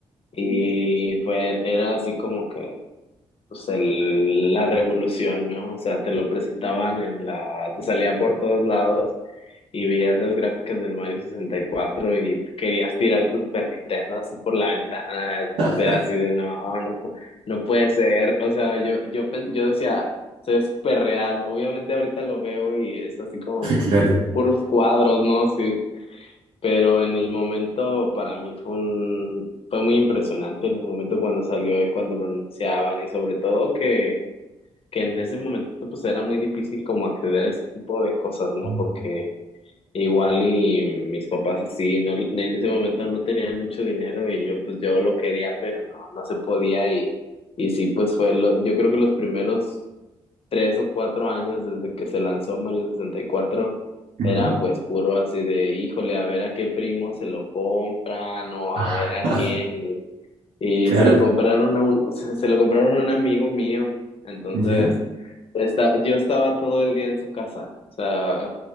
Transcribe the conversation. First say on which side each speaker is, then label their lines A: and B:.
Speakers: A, on the left (about 50°); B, on the right (about 70°).
A: y fue, era así como que, pues, el- la revolución, ¿no? O sea, te lo presentaban en la, te salía por todos lados y veías las gráficas del Mario 64 y cuatro y querías tirar tu Super Nintendo así por la ventana,
B: <laughs>
A: era así de no, no, pu- no puede ser, o sea, yo, yo, pen- yo decía, eso es súper real, obviamente ahorita lo veo y es así como que
B: Claro.
A: puros cuadros, ¿no? Sí, pero en el momento para mí fue un, fue muy impresionante en el momento cuando salió y cuando lo anunciaban y sobre todo que... que en ese momento pues era muy difícil como acceder a ese tipo de cosas, ¿no?
B: Mm.
A: Porque Igual y mis papás así, no, en ese momento no tenían mucho dinero y yo pues yo lo quería, pero no, no se podía y, y sí, pues fue, lo, yo creo que los primeros tres o cuatro años desde que se lanzó Mario 64
B: Ujú.
A: era pues puro así de, híjole, a ver a qué primo se lo compran o
B: <laughs>
A: a ver a quién y y
B: Claro.
A: se lo
B: po.
A: compraron a un, se, se lo compraron a un amigo mío. Entonces,
B: ¿Ya?
A: esta- yo estaba todo el día en su casa. O sea,